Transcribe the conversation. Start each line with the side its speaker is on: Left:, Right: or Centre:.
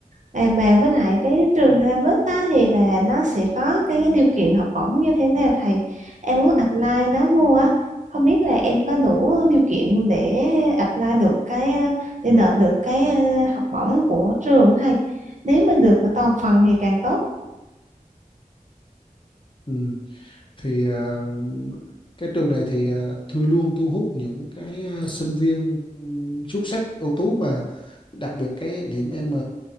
Right: à, mà với lại cái trường Harvard đó thì là nó sẽ có cái điều kiện học bổng như thế nào thầy em muốn apply nó vô á không biết là em có đủ điều kiện để apply được cái à, để nộp được cái à, học bổng của trường không thầy nếu mà được ở toàn phần thì càng tốt
Left: ừm. thì à, cái trường này thì à, thư luôn thu hút những cái à, sinh viên ừm, xuất sắc ưu tú mà đặc biệt cái điểm M